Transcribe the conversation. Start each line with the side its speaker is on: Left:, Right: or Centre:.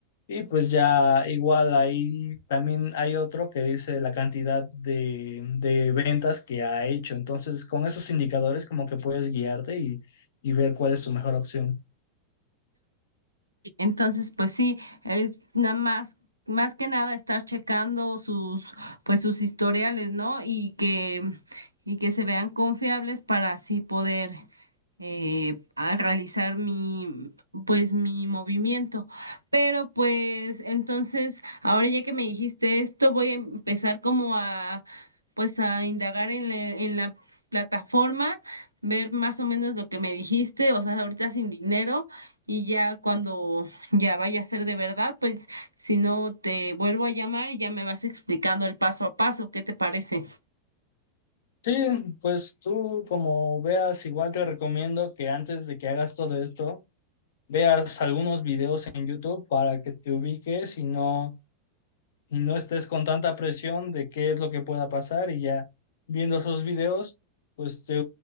Left: Y pues ya igual ahí también hay otro que dice la cantidad de, de ventas que ha hecho. Entonces, con esos indicadores como que puedes guiarte y, y ver cuál es tu mejor opción.
Right: Entonces, pues sí, es nada más, más que nada estar checando sus, pues sus historiales, ¿no? Y que, y que se vean confiables para así poder eh, a realizar mi, pues mi movimiento. Pero pues entonces, ahora ya que me dijiste esto, voy a empezar como a, pues a indagar en la, en la plataforma, ver más o menos lo que me dijiste, o sea, ahorita sin dinero y ya cuando ya vaya a ser de verdad, pues si no te vuelvo a llamar y ya me vas explicando el paso a paso, ¿qué te parece?
Left: Sí, pues tú como veas, igual te recomiendo que antes de que hagas todo esto, veas algunos videos en YouTube para que te ubiques y no y no estés con tanta presión de qué es lo que pueda pasar y ya viendo esos videos, pues te,